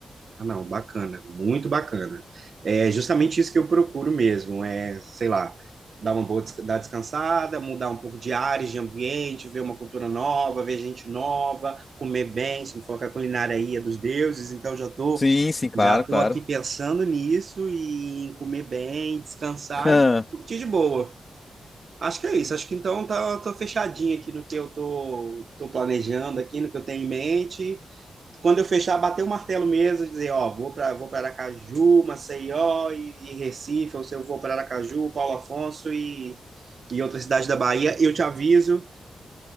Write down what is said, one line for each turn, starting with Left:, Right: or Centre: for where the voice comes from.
Right: Ah, não, bacana, muito bacana. É justamente isso que eu procuro mesmo, é, sei lá, dar uma boa, des- dar descansada, mudar um pouco de áreas, de ambiente, ver uma cultura nova, ver gente nova, comer bem, se me for que a culinária aí é dos deuses, então já tô,
Left: Sim, sim, claro,
Right: já tô
Left: claro.
Right: aqui pensando nisso e em comer bem, descansar
Left: <laughs>
Right: e curtir de boa. Acho que é isso, acho que então tá, tô fechadinho aqui no que eu tô, tô planejando aqui, no que eu tenho em mente quando eu fechar, bater o martelo mesmo, dizer, ó, vou para vou para Aracaju, Maceió e, e Recife, ou se eu vou para Aracaju, Paulo Afonso e, e outras cidades da Bahia, eu te aviso